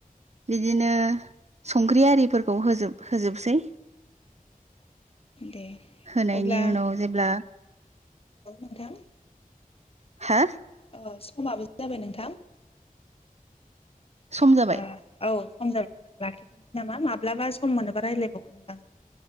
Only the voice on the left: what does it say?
दे
अब्ला
हेलौ नोंथां
अ समाबो जाबाय नोंथां
आ औ सम जाबाय नोंथां लाखिथ'नोसै नामा माब्लाबा सम मोनोबा रायलायबावगोन नोंथांजों